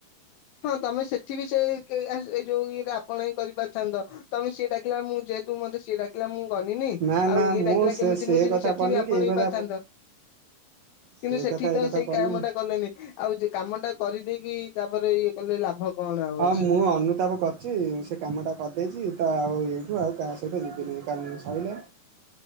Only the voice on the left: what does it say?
ହଁ, ତମେ ସେଠି ବି ସେଇ କେ ଆହ୍ ଏ ଯଉ ଇଏଟା ଆପଣ ହଁ କରି ପାରିଥାନ୍ତ। ତମେ ସିଏ ଡାକିଲା, ମୁଁ ଯେହେତୁ ମତେ ସିଏ ଡାକ୍ କିଲା ମୁଁ ଗନିନି।
ଆଉ
ଇଏ
ଡାକିଲା
କେମିତି
ମୁଁ ଯିମି
ସେଠି
ଆପଣେଇ
ପରିଥାନ୍ତ। କିନ୍ତୁ,
ସେଠି
ତ
ସେଇ
କାମ ଟା କଲେନି। ଆଉ ଯେ କାମ ଟା କରିଦେଇକି, ତା'ପରେ ଇଏ କଲେ ଲାଭ କଣ ଆଉ
ଅଛି